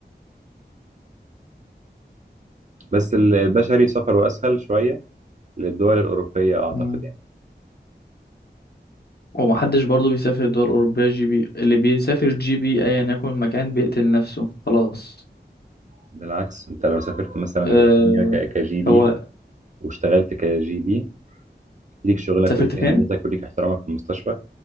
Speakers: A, on the right; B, on the left.
A: بس البشري سفره أسهل شوية للدول الأوروبية أعتقد
B: مم.
A: يعني
B: ومحدش برضو بيسافر الدول الأوروبية جي بي اللي بيسافر جي بي أيا يكن المكان بيقتل نفسه خلاص
A: بالعكس أنت لو سافرت مثلا
B: أه...
A: بريطانيا ك- كجي بي
B: هو
A: واشتغلت كجي بي ليك شغلك
B: سافرت
A: وليك
B: فين؟
A: أهميتك وليك احترامك في المستشفى